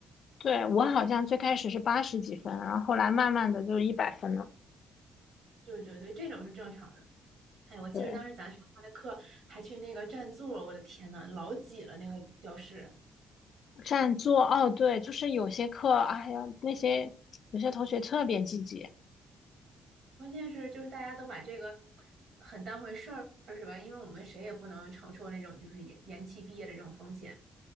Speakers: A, on the left (about 60°); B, on the right (about 70°).
A: 对，我好像最开始是八十几分，然后后来慢慢的就一百分了。
B: 对对对，这种是正常的。哎，我记得当时咱上他的课还去那个占座儿我的天呐，
A: 对，
B: 老挤了那个教室。
A: 占座，哦，对，就是有些课，哎呀，那些有些同学特别积极。
B: 关键是就是大家都把这个很当回事儿，是吧？因为我们谁也不能承受那种就是延延期毕业的这种风险。